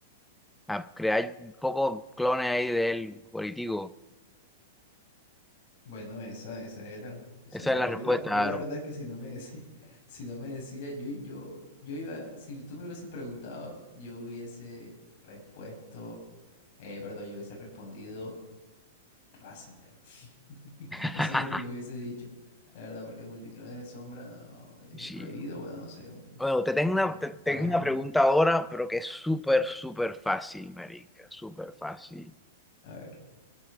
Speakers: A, in the centre; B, on the left.
A: a crear un poco clones ahí de él, político.
B: Bueno, esa, esa era, esa
A: Esa
B: era.
A: es la respuesta,
B: Yo la, yo la
A: Aaron.
B: verdad es que si no me decía, <laughs> si no me decía, yo, yo, yo iba, si tú me lo hubieses preguntado, yo hubiese respuesto, eh, perdón, yo hubiese respondido Rasengan. <laughs>
A: <laughs>
B: Eso es lo que yo hubiese dicho. La verdad, porque multiclones de sombra, no, dije
A: Sí.
B: prohibido, bueno, no sé, un
A: Bueno, te tengo
B: Mm.
A: una, te tengo
B: Kameha.
A: una pregunta ahora, pero que es súper, súper fácil, marica, súper fácil.
B: A ver,